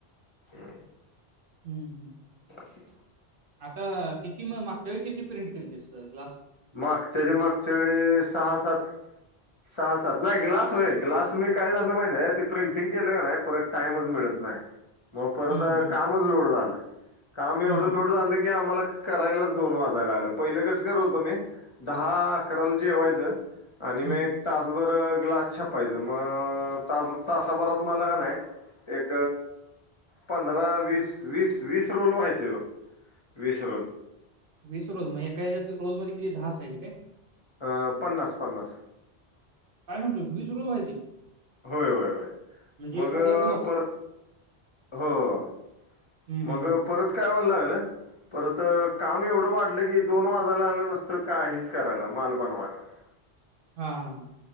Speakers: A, on the left; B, on the right.
A: हम्
B: हम्म हम्
A: फि
B: आता किती म मागच्या वेळी किती प्रिंट केली तेस ग्लास
A: मागच्या ज मागच्या वेळी सहा सात
B: <inaudible>
A: सहा सात नाही ग्लास होय ग्लास मी काय झालं माहिित आहेे त ते प्रिंटिंग केलं ग नाही परत टाइमच मिळत नाही
B: <inaudible>
A: मग परत
B: हं, हं,
A: कामच लोड झालं काम एवढं
B: हं,
A: लोड झा की आम्हाला करायलाच दोन वाजायला आलं पहिलं कसं करव होतुम्ही दहा अकराल जेवायच आणि
B: हं.
A: मग तासभर ग्लास छापायचं मग तास तासाभरात मला का नाही एक पंधरा वीस वीस वीस रोलोल व्हायचे बघ विसरून
B: वीस रोल मग एका ह्या रोल मध्ये किती दहाायजे काय
A: अ पन्नास पन्नास
B: काय म्हणतोस वीस रुपय व्हायचे
A: होय होय होय
B: म्हणजे
A: मग
B: एक हजार
A: अं,
B: कणस
A: पर हो हो
B: हं, हं,
A: मग
B: हं.
A: परत काय व्हायला लागलं परत काम एवढं वाढलं की दोन वाजायला लागलं नसतं काहीच करायला माल बनवायलाच
B: हा ह हां